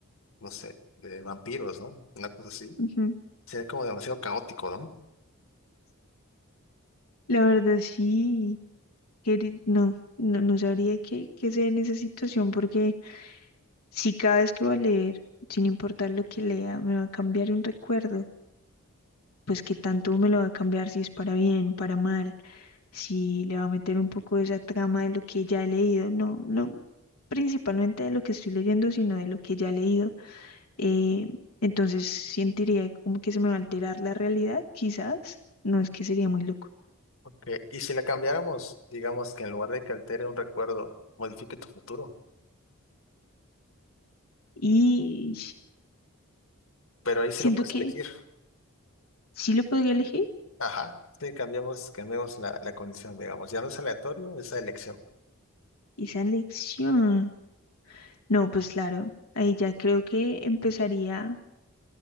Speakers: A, on the left (about 70°); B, on the left (about 85°).
A: no sé, de vampiros, ¿no? Una cosa así.
B: ujú.
A: Sería como demasiado caótico, ¿no?
B: La verdad, sí. queri- No, no, no sabría qué, qué hacer en esa situación porque si cada vez que voy a leer, sin importar lo que lea, me va a cambiar un recuerdo, pues qué tanto me lo va a cambiar si es para bien, para mal, si le va a meter un poco de esa trama de lo que ya he leído. No, no principalmente de lo que estoy leyendo, sino de lo que ya he leído eh, entonces sentiría como que se me va a alterar la realidad, quizás. No es que sería muy loco.
A: Ok, y si la cambiáramos, digamos que en lugar de que altere un recuerdo, modifique tu futuro,
B: Y
A: pero ahí sí
B: siento
A: lo puedes
B: que
A: elegir.
B: sí lo podría elegir.
A: Ajá, sí, cambiamos, cambiamos la, la condición, digamos, ya no es aleatorio, es la elección.
B: Esa elección. No, pues claro, ahí ya creo que empezaría,